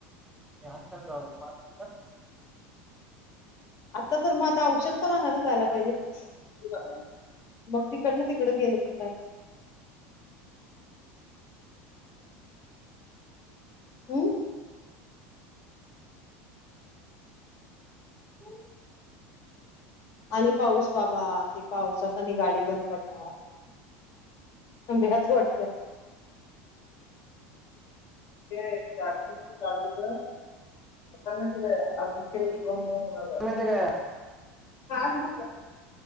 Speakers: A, in the centre; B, on the left.
A: हातलत माझ पण
B: आता तर मग आता औषध तर आणायला जायला पाहिजे. औध मग तिकड ना तिकडं गेलं तर काय हम,
A: हम
B: आणि पाऊस बाबा ती पावसात आणि गाडी बंद पडणार. बेयाच वाटत्या. ते चार्जिंग होतं गाडीच. कसा हाय माहिती का आज बुक केल की दोन महिन्यान मिळनार गाड़ी.
A: माहिती काय
B: आज बुक झाल्या काय.